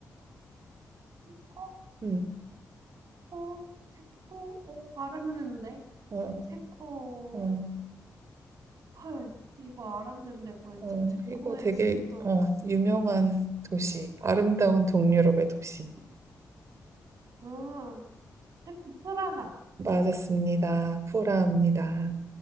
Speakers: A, on the right; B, on the right.
A: 체코,
B: 음,
A: 코, 체코, 어, 알았는데.
B: 어.
A: 체코,
B: 어,
A: 헐, 이거 알았는데 뭐였지?
B: 어,
A: 체코의
B: 이거 되게
A: 수도.
B: 어, 유명한 도시, 아름다운 동유럽의 도시.
A: 아, 체코 프라하.
B: 맞았습니다. 프라하입니다.